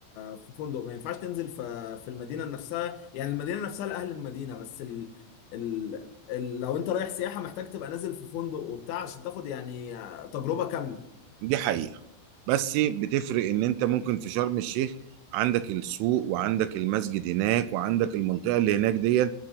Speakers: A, on the left; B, on the right.
A: في فندق ما ينفعش تنزل في في المدينه نفسها يعني المدينه نفسها لاهل المدينه بس ال... ال... ال... لو انت رايح سياحه محتاج تبقى نازل في فندق وبتاع عشان تاخد يعني تجربه كامله
B: دي حقيقة بس بتفرق ان انت ممكن في شرم الشيخ عندك السوق وعندك المسجد هناك وعندك المنطقة اللي هناك دي